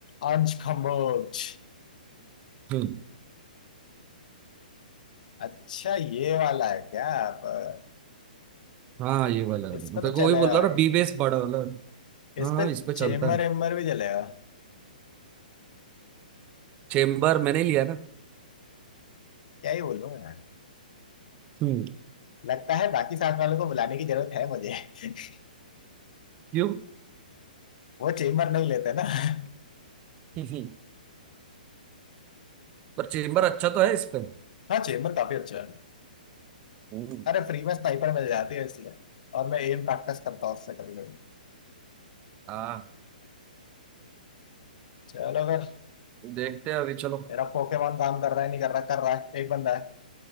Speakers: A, on the left; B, on the right.
A: अंश खम्बोज
B: हम्म,
A: अच्छा ये वाला है क्या पर
B: हाँ ये वाला
A: इस
B: मैं
A: पे
B: तेरे
A: तो
B: को
A: चलेगा
B: वही बोल रहा
A: भाई
B: ना बी बेस बड़ा वाला
A: इस
B: हाँ हाँ
A: पे
B: इस पे चलता
A: चेम्बर
B: है
A: एम्बर भी चलेगा
B: चेम्बर मैंने लिया ना
A: क्या ही बोलूं मैं
B: हम्म
A: लगता है बाकी साथ वालों को बुलाने की जरूरत है मुझे <laughs>
B: क्यों
A: वो चेम्बर नहीं लेते ना <laughs>
B: <laughs> पर चेम्बर अच्छा तो है इस पे
A: हाँ चेम्बर काफी अच्छा है
B: हम्म,
A: अरे फ्री में स्नाइपर मिल जाती है इसलिए और मैं एम प्रैक्टिस करता हूँ उससे कभी कभी
B: हाँ
A: चलो अगर
B: देखते हैं अभी चलो
A: मेरा पोकेमॉन काम कर रहा है नहीं कर रहा कर रहा है एक बंदा है